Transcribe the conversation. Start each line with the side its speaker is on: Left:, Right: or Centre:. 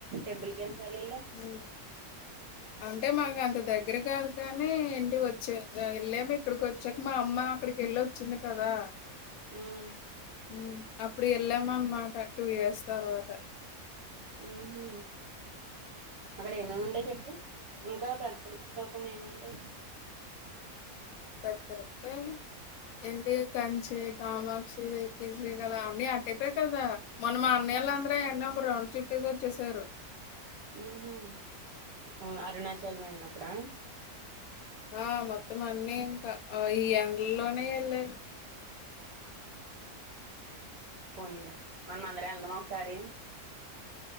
Right: టెంపుల్ కు ఎన్ని సాల ఎల్లో
Left: ఊ అంటే మాకు అంత దగ్గర కాదు కానీ ఇంటి వచ్చే వెళ్ళమ ఇక్కడికి వచ్చాక మా అమ్మ అక్కడికి ఎల్ వచ్చింది కదా
Right: ఉమ్
Left: ఊ అప్పుడు వెళ్ళామా అన్నమాట టూ ఇయర్స్ తర్వాత
Right: ఉహు అక్కడ ఏమేమి ఉంటాయి చెప్పు ఇంకా పెద్ద తిరుపతి కాకుండా ఏముంటాయి
Left: పెద అంతేమ్ ఏంటి కంచి కామాక్షి శ్రీకాళ అన్ని అట్ ట్టేపె కదా మొన్న అనయళ్ళ అందరూ ఏంటనే ఒక రౌండ్ చుట్టేసి వచ్చేసారు
Right: ఊహు ఉ అరుణాచలం వెళ్ళినప్పుడు ఆ
Left: ఆ మొత్తం అన్నీ ఇంకా ఆ ఈ ఎండ లోనే వెళ్ళారు
Right: పోనీలే మన మందరం వెళ్ళదామా ఒకసారి